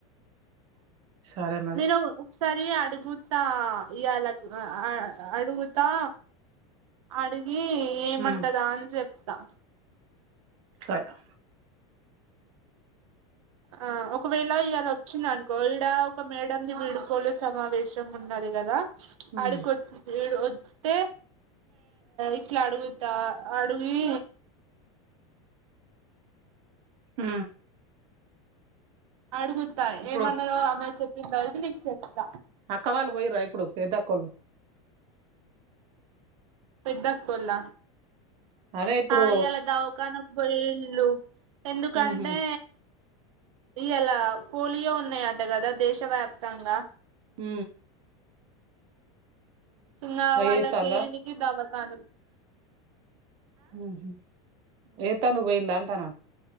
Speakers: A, on the right (about 35°); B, on the right (about 80°).
A: సరే మరి
B: తినవ్ ఒక్కసారి అడుగుతా ఇళ అడుగుతా అడిగి ఏమంటదా
A: ఉమ్
B: అని చెప్తా
A: సైరా
B: ఆహా ఆ ఒకవేళ ఇవాళ వచ్చింది అనుకో ఇడ ఒక మేడంది వీడ్కోలు సమావేశం ఉన్నది కదా
A: ఉమ్
B: ఆడుకొచ్చి ఇడు వస్తే ఇట్లా అడుగుతా అడుగి
A: ఉ
B: అడుగుతా
A: ఇప్పుడు
B: ఏమన్నదో ఆమె చెప్పిన తర్వాత అది నీకు చెప్త
A: అక్కవాళ్ళు పోయిరా ఇప్పుడు పెద్దక్కళ్ళు
B: పెద్ద అక్క కొల్ల
A: అదే ఇప్పుడు
B: ఆ ఈయాల దవఖనకు పోయిళ్ళు ఎందుకంటే
A: ఉహు
B: ఇలా పోలియో ఉన్నాయట కదా దేశ వ్యాప్తంగా
A: ఉ
B: ఇంకా వాళ్ళకి
A: ఏత్తాల్ల
B: ఏనికి దవఖన
A: ఉ హు వేసేతందుకు పోయిలా అంటానా